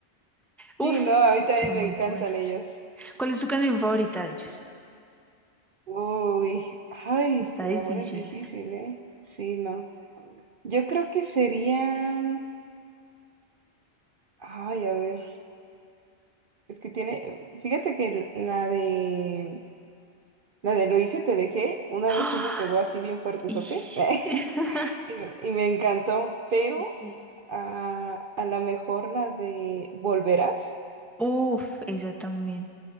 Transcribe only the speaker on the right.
sí, no, a mí también
me
encantan
ellos,
uy, ay,
me
la pones difícil, ¿eh? Sí, no, yo creo que sería, ay, a ver, es que tiene, fíjate que la de, la de Lo hice, te dejé, una
vez sí me pegó así bien fuertezote,
<laughs>
y me y me encantó, pero
A, a lo mejor la de Volverás.